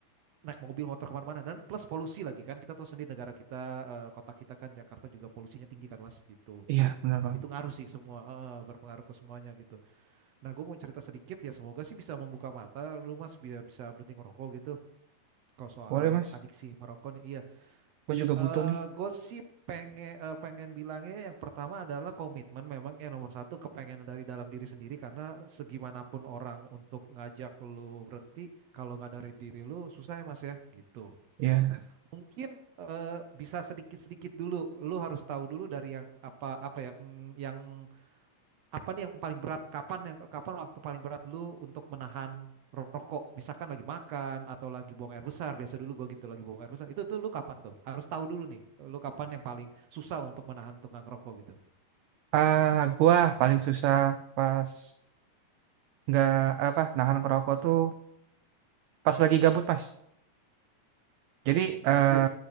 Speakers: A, on the right; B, on the right.
A: naik mobil motor kemana-mana dan plus polusi lagi kan kita tahu sendiri negara kita eh, kota kita kan Jakarta juga polusinya tinggi kan Mas gitu jadi
B: Iya, benar banget.
A: itu ngaruh sih semua eh, eh, berpengaruh ke semuanya gitu nah gue mau cerita sedikit ya semoga sih bisa membuka mata lu Mas biar bisa berhenti ngerokok gitu kalau soal
B: Boleh mas,
A: adiksi merokok nih iya
B: gue juga
A: Eh,
B: butuh nih.
A: gue pengen eh, pengen bilangnya yang pertama adalah komitmen memang yang nomor satu kepengen dari dalam diri sendiri karena segimanapun orang untuk ngajak lu berhenti kalau nggak dari diri lu susah ya mas ya gitu.
B: Ya,
A: Mungkin eh, bisa sedikit-sedikit dulu, lu harus tahu dulu dari yang apa apa ya, mm, yang apa nih yang paling berat? Kapan yang kapan waktu paling berat lu untuk menahan rokok? Misalkan lagi makan atau lagi buang air besar, biasa dulu gua gitu lagi buang air besar. Itu tuh lu kapan tuh? Harus tahu dulu nih, lu kapan yang paling susah untuk menahan tunggang rokok gitu.
B: ah gue paling susah pas nggak apa nahan kerokok tuh pas lagi gabut mas. Jadi eh
A: Gabut,